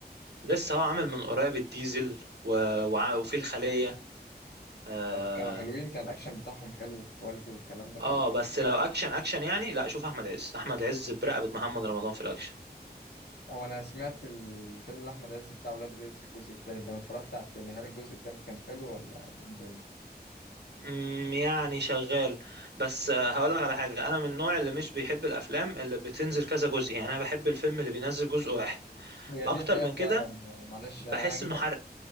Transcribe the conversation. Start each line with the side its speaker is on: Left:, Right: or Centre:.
Right: لسه هو عامل من قريب الديزل و... وع- وفي الخلية آه...
Left: طب كانوا حلوين كان الاكشن بتاعهم حلو والكواليتي والكلام ده كله
Right: اه بس لو اكشن اكشن يعني لا شوف احمد عز احمد عز برقبة محمد رمضان في الاكشن
Left: هو انا سمعت الفيلم لاحمد عز بتاع ولاد رزق الجزء التالت ده انا اتفرجت على التاني هل الجزء التالت كان حلو ولا إيه الدنيا
Right: مم، يعني شغال بس آه، هقولك على حاجة أنا من النوع اللي مش بيحب الأفلام اللي بتنزل كذا جزء يعني أنا بحب الفيلم اللي بينزل جزء واحد
Left: هي
Right: بأكتر
Left: دي حقيقة
Right: من
Left: فعلا
Right: كده
Left: يعني معلش
Right: بحس
Left: آه، أنا جيت
Right: إنه حرق